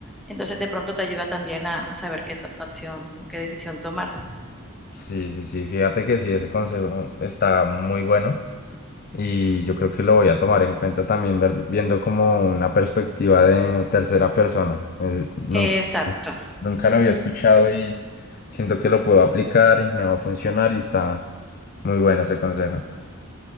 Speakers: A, in the centre; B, on the left.
A: entonces de pronto te ayuda también a, a saber qué acción o qué decisión tomar.
B: Sí, sí, sí, fíjate que sí, ese consejo está muy bueno y yo creo que lo voy a tomar en cuenta también ver- viendo como una perspectiva de tercera persona. Es- nunca,
A: Exacto.
B: nunca lo había escuchado y siento que lo puedo aplicar y me va a funcionar y está muy bueno ese consejo.